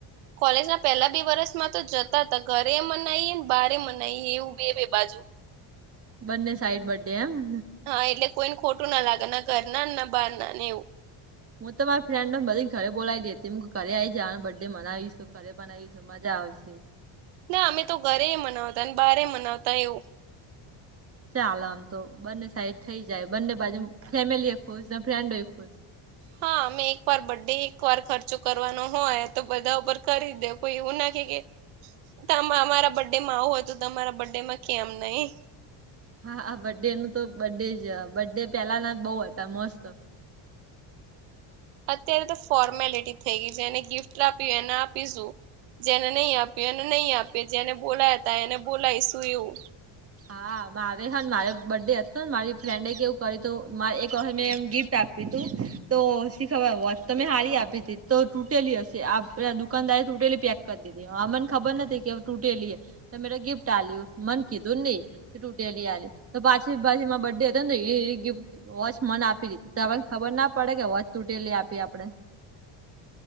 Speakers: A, on the right; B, on the right.
A: કોલેજ ના પહેલા બે વર્ષમાં તો જતા હતા ઘરે એ મનાવી ને, બાર મનાવી એવું બે બે બાજુ.
B: બન્ને સાઈડ બડે એમ?
A: હા, એટલે કોઈને ખોટું ના લાગે ના ઘર ના ના બહાર ના ને એવું.
B: હું તો મારી ફ્રેન્ડ બધી ઘરે બોલાવી લેતી હતી મ ઘરે આવી છેને બર્થે બનાવીશ, ઘરે બનાવીશ. મજા આવશે.
A: ના અમે તો ઘરે મનાવતા અને બારે મનાવતા એવું.
B: ચાલો આમ તો બંને સાઈડ થઇ જાય બંને બાજુ ફેમિલી એ ખુશ ને ફ્રેન્ડોય ખુશ.
A: હા અમે એક વાર બડ ડે એક વાર ખર્ચો કરવાનો હોય તો બધા ઉપર કરી દે. કોઈ એવું નથી કે તમારા બર્ડે માં આવું હોય તો તમારા બર્ડે માં કેમ નહી.
B: હા આ બર્થ ડે નું તો બડે જ બડે પેલાના જ બહુ હતા મસ્ત.
A: અત્યારે તો ફોર્મેલિટી થઈ ગઈ છે એને ગિફ્ટ આપી એને આપીશું. જેને નહી આપ્યું એને નહી આપ્યું, જેને બોલાયા હતા એને બોલાયશું એવું.
B: હા મારે હને મારે બર્થડે હતો ને મારી ફ્રેન્ડ કેવું કરીયું હતું મા એક વખત મેં એમ ગિફ્ટ આપ તી તું. તો શી ખબર હોત તમે હારી આપી તી તો તૂટેલી હશે આપ દુકાનદારે તૂટેલી પેક કરી દીધી અ મન ખબર નતી કે ટૂટેલી હે મે ત ગિફ્ટ આલી મન કીધ ધૂ નહી તૂટેલી આલી તો પાછી પાછી માર બરડે હતો ને એ ગિફ્ટ વચ મન આપી દીધી તોણ ખબર ના પડે કે વોચ તૂટેલી આપી આપડે.